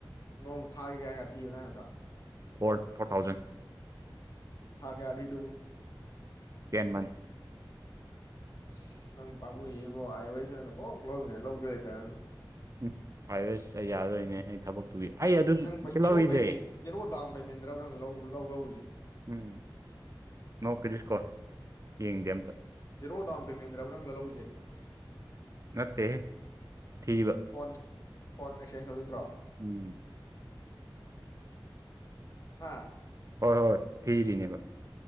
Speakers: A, on the left (about 45°); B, on the right (about 40°).
A: ꯅꯣꯡꯃ ꯊꯥꯒꯦ ꯀꯌꯥ ꯀꯌꯥ ꯊꯤꯕꯅꯣ ꯍꯥꯏꯕꯗ
B: ꯐꯣꯔ ꯐꯣꯔ ꯊꯥꯎꯖꯟ
A: ꯊꯥ ꯀꯦ ꯑꯙꯗꯕ <inaudible> <unintelligible>
B: ꯇꯦꯟ ꯃꯟ
A: ꯑꯁ ꯅꯪ ꯄꯥꯃꯨꯏꯕꯣ ꯑꯥꯏ ꯑꯦ ꯋꯥꯏꯁ ꯑꯣꯏꯅ ꯀꯣꯛ ꯂꯧꯔꯤꯉꯩ ꯂꯧꯒꯦ ꯂꯩꯇꯔꯅ
B: ꯎꯝ ꯑꯌꯁ ꯑꯩ ꯌꯥꯔꯣꯏꯅꯦ ꯑꯩ ꯊꯕꯛ ꯇ ꯑ ꯑꯗꯨ
A: ꯅꯪ
B: ꯁꯤ
A: ꯖꯤꯔꯣ
B: ꯂꯧꯔꯤꯁꯦ
A: ꯄꯦꯃꯦꯟ ꯖꯦꯔꯣ ꯗꯥꯎꯟ ꯄꯦꯃꯦꯟꯗ꯭ꯔꯕ ꯅꯪ ꯂꯧꯎꯁꯦ
B: ꯎꯝ ꯅꯣ ꯄꯤꯔꯤꯁꯀꯣ ꯌꯦꯡꯗꯦ ꯑꯝꯇ
A: ꯖꯦꯔꯣ ꯗꯥꯝ ꯄꯦꯃꯦꯟꯗ꯭ꯔꯕ ꯅꯪꯅ ꯂꯧꯎꯁꯦ
B: ꯅꯠꯇꯦ ꯊꯕ
A: ꯐꯣꯟ ꯐꯣꯟ ꯑꯦꯛꯁꯆꯦꯟꯁ ꯇꯧꯗꯣꯏ ꯅꯠꯇ꯭ꯔꯣ
B: ꯎꯝ
A: ꯑꯥ
B: ꯍꯣꯏ ꯍꯣꯏ ꯊꯤꯔꯤꯅꯦꯕ